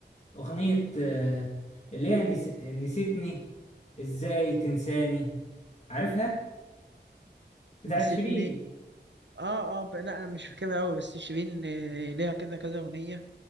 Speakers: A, on the left (about 40°); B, on the right (about 80°).
A: اغنية آه، اللي هي نس... نسيتني ازاي تنساني عارفها بتاعت
B: نسيتني
A: شيرين
B: اه اه ب- لا انا مش فاكرها قوي بس شيرين آه، ليها كده كذا اغنيه